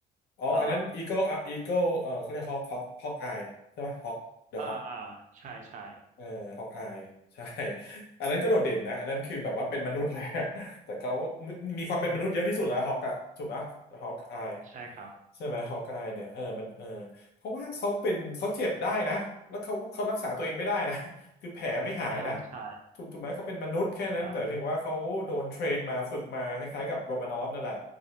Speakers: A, on the left; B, on the right.
A: อ๋ออันนั้นอีโก้อีโก้เออเขาเรียกฮอกฮอกฮอกอายใช่ไหมฮอกเดอะฮอก
B: อ่าอ่าอ่าใช่ใช่
A: เออฮอกอายใช่ <laughs> อันนั้นก็โดดเด่นนะอันนั้นคือแบบว่าเป็นมนุษย์เลย <laughs> อะแต่เขามีมีความเป็นมนุษย์เยอะที่สุดแล้วฮอกอะถูกปะฮอกอาย
B: อืมใช่ครับ
A: ใช่ไหมฮอกอายเนี่ยเออมันเออเพราะว่าเขาเป็นเขาเจ็บได้นะแล้วเขาเขารักษาตัวเองไม่ได้นะ <laughs> คือแผลไม่หายนะ
B: อ่าใช่
A: ถูกถูกไหมเขาเป็นมนุษย์แค่นั้นแต่ถึงว่าเขาโดนเทรนมาฝึกมาคล้ายๆกับโรมานอฟนั่นแหละ
B: ครับ